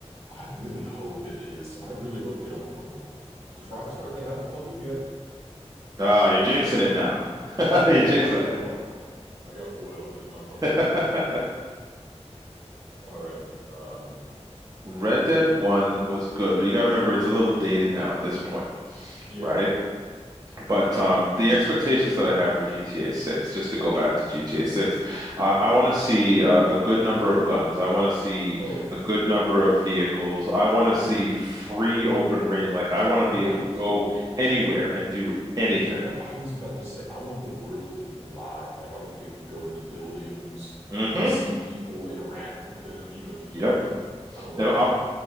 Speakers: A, on the right; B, on the right.
A: I really hope it is. I really hope they don't fumble. Because Rockstar, they haven't fumbled yet.
B: Ah,
A: Red
B: you're jinxing
A: Dead 1.
B: it now. <laughs>
A: Okay,
B: You're jinxing
A: all right, hold on. I got wood. I'm gonna knock on
B: it.
A: wood.
B: <laughs>
A: All right. Um,
B: Red Dead 1 was good, but you got to remember it's a little dated now at this point,
A: yeah.
B: right? But um, the expectations that I have for GTA 6, just to go back to GTA 6, I,
A: Right.
B: I want to see a, a good number of guns. I want to see
A: Oh, for
B: a
A: sure.
B: good number of vehicles. I want
A: hmm
B: to see free open reign. Like, I want
A: I
B: to be
A: want,
B: able to go anywhere and do anything.
A: yeah, I was about to say, I want the world to be alive. Like, I want to be able to go into buildings,
B: hmm
A: like, see people, interact with them, you know, shit
B: Yep.
A: like that. I don't want,
B: Now, I'll